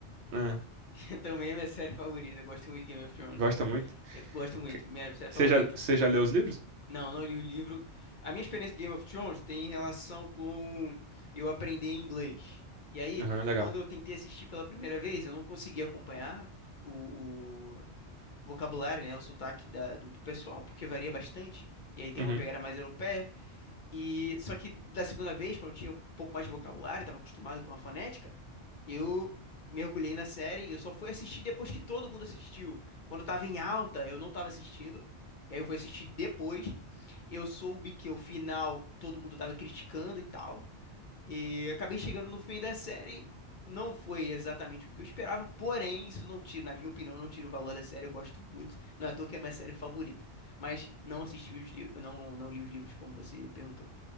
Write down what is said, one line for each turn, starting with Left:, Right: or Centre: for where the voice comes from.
Right: Ah,
Left: <laughs> Também é minha série favorita. Eu gosto muito de Game of Thrones.
Right: gosta muito?
Left: Eu gosto muito,
Right: Que-
Left: minha série
Right: Você
Left: favorita.
Right: já, você já leu os livros?
Left: Não, eu não li o livro. A minha experiência com Game of Thrones tem relação com eu aprender inglês. E aí,
Right: Aham, legal.
Left: quando eu tentei assistir pela primeira vez, eu não consegui acompanhar o, o vocabulário, né? O sotaque da- do, do pessoal, porque varia bastante. E aí tem
Right: Uhum.
Left: uma pegada mais europeia. E só que da segunda vez, quando eu tinha um pouco mais de vocabulário, estava acostumado com a fonética, eu mergulhei na série e eu só fui assistir depois que todo mundo assistiu. Quando estava em alta, eu não estava assistindo. E aí eu fui assistir depois. Eu soube que o final todo mundo estava criticando e tal. E acabei chegando no fim da série. Não foi exatamente o que eu esperava, porém, isso não tira, na minha opinião, não tira o valor da série. Eu gosto muito. Não é à toa que é a minha série favorita. Mas não assisti os li- não, não li os livros como você perguntou.